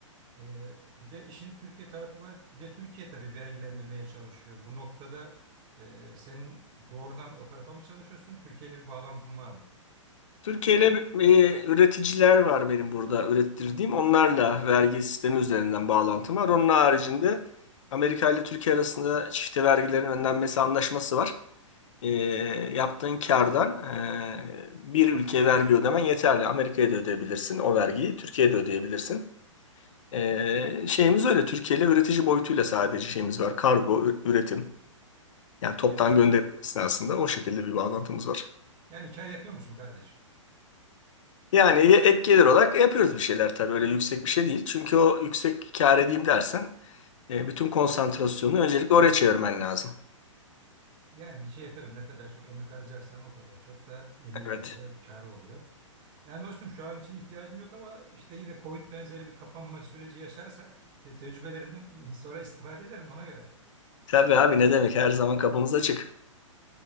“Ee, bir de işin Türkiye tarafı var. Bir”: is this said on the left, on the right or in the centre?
Right